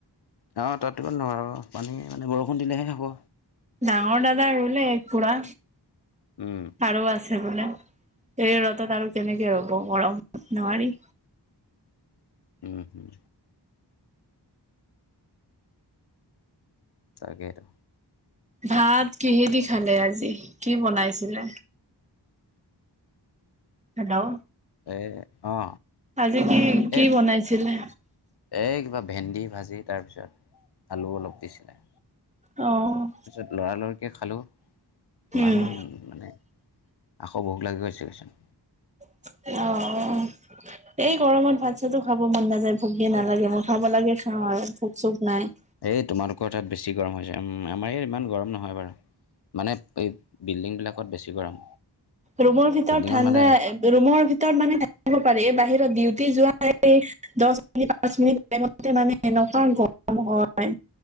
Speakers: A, on the left; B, on the right.
A: অঁ তাত দিব নোৱাৰোঁ আৰু পানী মানে বৰষুণ দিলেহে হ'ব।
B: ডাঙৰ দাদা ৰুলে একপুৰা।
A: উম।
B: আৰু আছে বোলে এই ৰ'দত আৰু কেনেকে ৰুব গৰম নোৱাৰি
A: উম হুম তাকেইটো।
B: ভাত কিহেদি খালে আজি কি বনাইছিলে? হেল্ল'!
A: এ অ
B: আজি কি কি
A: এই
B: বনাইছিলে
A: এই কিবা ভেন্দি ভাজি, তাৰপিছত আলু অলপ দিছিলে।
B: অ'।
A: লৰালৰিকৈ খালেও ইমান
B: উম
A: মানে আকৌ ভোক লাগি গৈছেচোন
B: অ'। এই গৰমত ভাত চাতো খাব মন নাযায়, ভোগে নালাগে মই খাব লাগে খাওঁ আৰু ভোক চোক নাই।
A: এই তোমালোকৰ তাত বেছি গৰম হৈছে, উ আমাৰ ইয়াত ইমান গৰম নহয় বাৰু। মানে এই বিল্ডিং বিলাকত বেছি গৰম।
B: ৰুমৰ ভিতৰত
A: বিল্ডিঙত
B: ঠাণ্ডা,
A: মানে
B: ৰুমৰ ভিতৰত মানে পাৰে বাহিৰত ডিউটি যোৱা। দ মিনিট পাঁচ মিনিট টাইমতে মানে এনেকুৱা গৰম হয়